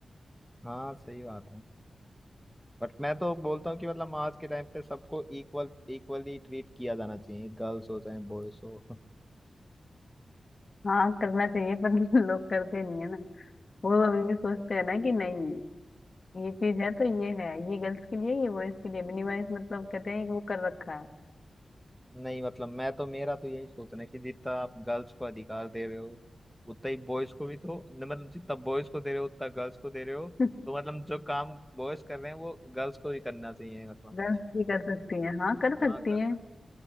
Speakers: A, in the centre; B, on the left (about 35°).
A: हाँ सही बात है बट मैं तो बोलता हूँ कि मतलब आज के टाइम पे सबको इक्वल इक्वली ट्रीट किया जाना चाहिए गर्ल्स हो चाहे बॉयज हो <laughs>
B: हाँ करना चाहिए पर <laughs> लोग करते नहीं है ना वो अभी भी सोचते हैं ना कि नहीं ये चीज है तो ये है ये गर्ल्स के लिए ये बॉयज के लिए मिनिमाइज मतलब कहते हैं कि वो कर रखा है
A: नहीं मतलब मैं तो मेरा तो यही सोचना है कि जितना आप गर्ल्स को अधिकार दे रहे हो उतना ही बॉयज को भी तो मतलब जितना बॉयज को दे रहे हो उतना गर्ल्स को दे रहे हो
B: <laughs>
A: तो मतलब जो काम बॉयज कर रहे हैं वो गर्ल्स को भी करना चाहिए मतलब
B: गर्ल्स
A: ऐसे
B: भी कर सकती हैं हाँ कर
A: हाँ
B: सकती
A: कर सकते।
B: हैं